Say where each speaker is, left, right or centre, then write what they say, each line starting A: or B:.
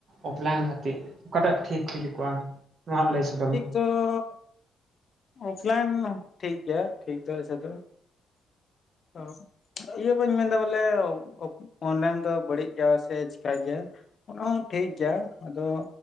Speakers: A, on the right; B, on the left.
A: ᱚᱯᱞᱟᱭᱤᱱ ᱜᱟᱛᱮᱜ ᱚᱠᱟᱴᱟᱜ ᱴᱷᱤᱠ ᱦᱤᱡᱩᱜᱚᱜᱼᱟ ᱱᱚᱣᱟ ᱞᱟᱹᱭ ᱥᱚᱫᱚᱨ ᱢᱮ᱾
B: ᱛᱚ ᱚᱯᱷᱞᱟᱭᱤᱱ ᱴᱷᱤᱠ ᱜᱮᱭᱟ ᱾ᱴᱷᱤᱠ ᱫᱚ ᱥᱮ ᱫᱚ ᱾ ᱦ <unintelligible> ᱤᱭᱟᱹ ᱵᱟᱹᱧ ᱢᱮᱱᱫᱟ ᱵᱚᱞᱮ, ᱚᱱᱞᱟᱭᱤᱱ ᱫᱚ ᱵᱟᱹᱲᱤᱡ ᱜᱮᱭᱟ ᱾ᱥᱮ ᱪᱤᱠᱟ ᱜᱮᱭᱟ᱾ ᱚᱱᱟ ᱦᱚᱸ ᱴᱷᱤᱠ ᱜᱮᱭᱟ᱾ ᱟᱫᱚ